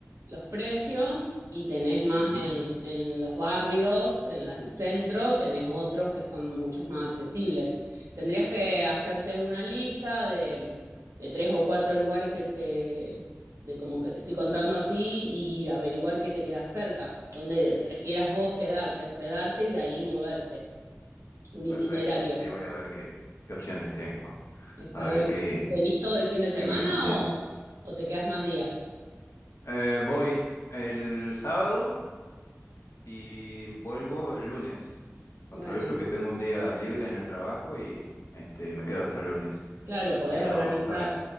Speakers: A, on the right; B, on the left.
A: los precios, y tenés más
B: Ujú,
A: en, en los barrios, en la- el centro, tenés otros que son muchos más accesibles. Tendrías que hacerte una lista de, de tres o cuatro lugares que te, de como que te estoy contando así y averiguar qué te queda cerca, dónde prefieras vos quedarte, hospedarte y de ahí moverte, un itinerario.
B: Perfecto. Sí, voy a ver qué, qué opciones tengo.
A: Está
B: A ver
A: bueno.
B: qué,
A: ¿Venís todo el fin de semana
B: qué me conviene.
A: o, o te quedas más días?
B: Eh, voy el sábado y vuelvo el lunes. Aprovecho
A: Bueno,
B: que tengo un día libre en el trabajo y este, me quedo hasta el lunes.
A: claro, podés
B: Así que
A: organizar
B: vamos a ver.